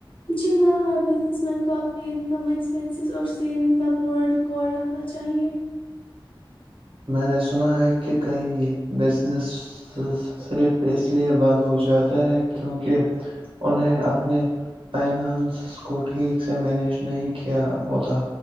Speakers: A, on the left; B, on the right.
A: جی ہاں ہر بزنس مین کو اپنی انکم ایکسپینسز اور سیونگ کا پورا ریکارڈ رکھنا چاہیے
B: میں نے سنا ہے کہ کئی بزنس صرف اس لیے بند ہو جاتے ہیں کیونکہ انہیں اپنے فائنانس کو ٹھیک سے مینج نہیں کیا ہوتا